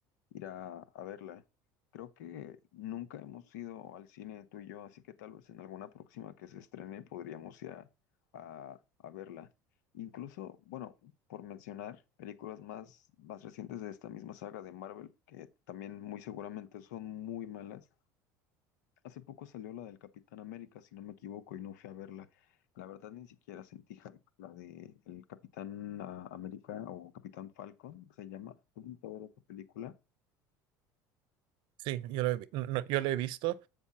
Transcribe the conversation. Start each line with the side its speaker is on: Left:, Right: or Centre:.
Left: ir a, a verla. Creo que nunca hemos ido al cine tú y yo, así que tal vez en alguna próxima que se estrene podríamos ir a, a- a verla. Incluso, bueno, por mencionar películas más, más recientes de esta misma saga de Marvel, que también muy seguramente son muy malas Hace poco salió la del Capitán América, si no me equivoco, y no fui a verla. La verdad ni siquiera sentí hype. La de el Capitán ah, América o Capitán Falcon, que se llama. Tuve que ver esta película
Right: Sí, yo lo he, vi- no- no, yo lo he visto,